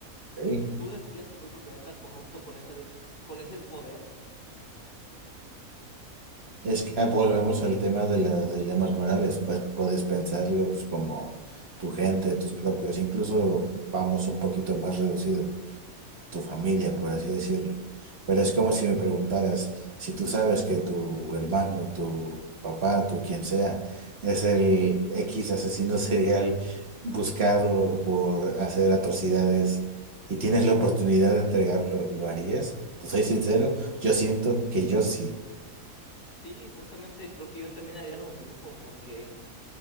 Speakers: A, on the right; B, on the left.
A: ok.
B: Tú destruyes tu propio planeta corrupto con esa, con ese poder.
A: Es que ah, volvemos al tema de los dilemas morales, pues puedes pensarlos como tu gente, tus propios, incluso vamos un poquito más reducido, tu familia, por así decirlo. Pero es como si me preguntaras, si tú sabes que tu hermano, tu papá, tu quien sea, es el X asesino <laughs> serial buscado por hacer atrocidades y tienes la oportunidad de entregarlo, ¿lo harías? Te soy sincero, yo siento que yo sí.
B: Sí, justamente creo que yo también <laughs> haría lo mismo, porque